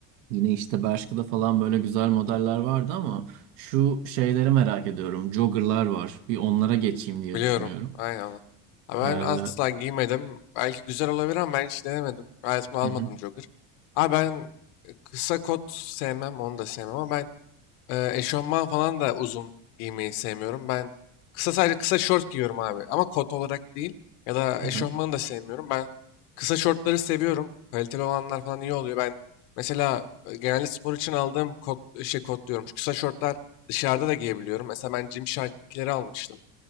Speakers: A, on the right; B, on the left.
A: Yine işte Bershka'da falan böyle güzel modeller vardı ama şu şeyleri merak ediyorum. Jogger'lar var. Bir onlara geçeyim diye
B: Biliyorum.
A: düşünüyorum.
B: Aynen. öyle. Ha, Ben
A: E, hı
B: asla giymedim. Belki güzel olabilir ama ben hiç denemedim. Hayatımda
A: hı,
B: almadım jogger. Abi ben e, kısa kot sevmem, onu da sevmem ama ben e, eşofman falan da uzun giymeyi sevmiyorum. Ben kısa sadece kısa şort giyiyorum abi ama kot olarak değil ya da
A: hı
B: eşofmanı
A: hı,
B: da sevmiyorum. Ben kısa şortları seviyorum. Kaliteli olanlar falan iyi oluyor. Ben mesela e, genelde spor için aldığım kot, şey kot diyorum. Şu kısa şortlar dışarıda da giyebiliyorum. Mesela ben Gymshark'ınkileri almıştım.